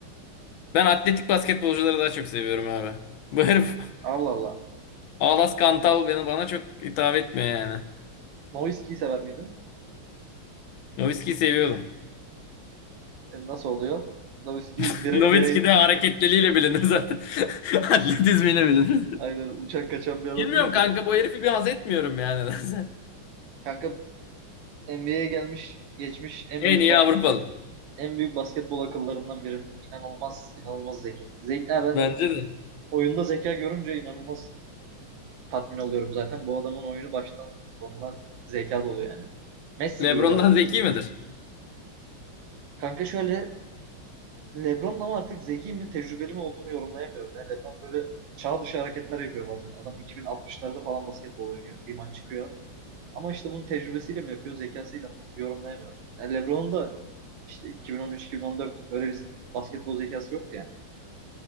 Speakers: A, on the left; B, on the right.
A: Ben atletik basketbolcuları daha çok seviyorum abi. Bu herif
B: Allah Allah.
A: <laughs> Alas Kantal beni bana çok hitap etmiyor yani.
B: Nowitzki'yi sever miydin?
A: Nowitzki'yi seviyordum.
B: E, nasıl oluyor? Nowitzki
A: <laughs>
B: bire,
A: Nowitzki
B: birey
A: de hareketliliğiyle bilinir zaten. <laughs> Atletizmiyle bilinir.
B: <laughs> aynen uçan kaçan bir adam
A: Bilmiyorum
B: değil
A: kanka
B: de.
A: bu herifi bir haz etmiyorum yani. <laughs>
B: Kanka NBA'ye gelmiş geçmiş en
A: En
B: büyük
A: iyi
B: ba-
A: Avrupalı.
B: en büyük basketbol akıllarından biri. İnanılmaz, inanılmaz zeki. Zeki ben
A: Bence de.
B: oyunda zeka görünce inanılmaz tatmin oluyorum zaten. Bu adamın oyunu baştan sonuna zeka dolu yani. Messi
A: LeBron'dan
B: gibi bir adam.
A: zeki midir?
B: Kanka şöyle LeBron'un ama artık zeki mi tecrübeli mi olduğunu yorumlayamıyorum. Yani LeBron böyle çağ dışı hareketler yapıyor bazen. Adam 2060'larda falan basketbol oynuyor. Bir maç çıkıyor. Ama işte bunun tecrübesiyle mi yapıyor, zekasıyla mı yorumlayamıyorum. Yani LeBron'un da işte 2013-2014 öyle bir basketbol zekası yoktu yani.